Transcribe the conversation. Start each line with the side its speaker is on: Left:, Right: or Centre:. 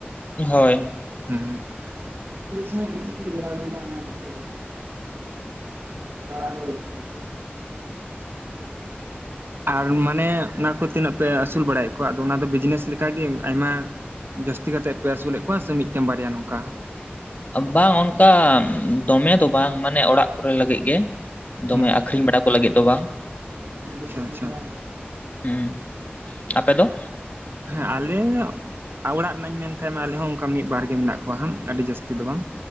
Left: ᱦᱳᱭ
Right: <unintelligible> <unintelligible> <unintelligible> ᱟᱨ ᱢᱟᱱᱮ ᱚᱱᱟ ᱠᱚ ᱛᱤᱱᱟᱹᱜ ᱯᱮ ᱟᱹᱥᱩᱞ ᱵᱟᱲᱟᱭᱮᱫ ᱠᱚᱣᱟ ᱟᱫᱚ ᱚᱱᱟᱫᱚ ᱵᱤᱡᱽᱱᱮᱥ ᱞᱮᱠᱟᱜᱮ ᱟᱭᱢᱟ ᱡᱟᱹᱥᱛᱤ ᱠᱟᱛᱮᱫ ᱯᱮ ᱟᱹᱥᱩᱞᱮᱫ ᱠᱚᱣᱟ ᱥᱮ ᱢᱤᱫᱴᱮᱱ ᱵᱟᱨᱭᱟ ᱱᱚᱝᱠᱟ?
Left: ᱵᱟᱝ ᱚᱱᱠᱟ ᱫᱚᱢᱮ ᱫᱚ ᱵᱟᱝ ᱢᱟᱱᱮ ᱚᱲᱟᱜ ᱠᱚᱨᱮ ᱞᱟᱹᱜᱤᱫ ᱜᱮ᱾ ᱫᱚᱢᱮ
Right: ᱦᱮᱸ
Left: ᱟᱠᱷᱨᱤᱧ ᱵᱟᱲᱟ ᱠᱚ ᱞᱟᱹᱜᱤᱫ ᱫᱚ ᱵᱟᱝ᱾
Right: ᱟᱪᱪᱷᱟ ᱟᱪᱪᱷᱟ
Left: ᱦᱩᱸ, ᱟᱯᱮ ᱫᱚ?
Right: ᱦᱮᱸ, ᱟᱞᱮᱭᱚᱜ ᱟᱨ ᱚᱲᱟᱜ ᱨᱮᱱᱟᱜ ᱤᱧ ᱢᱮᱱ ᱠᱷᱟᱡ ᱢᱟ ᱟᱞᱮ ᱦᱚᱸ ᱚᱱᱠᱟ ᱢᱤᱫ ᱵᱟᱨ ᱜᱮ ᱢᱮᱱᱟᱜ ᱠᱚᱣᱟ ᱦᱟᱸᱜ ᱟᱹᱰᱤ ᱡᱟᱹᱥᱛᱤ ᱫᱚ ᱵᱟᱝ᱾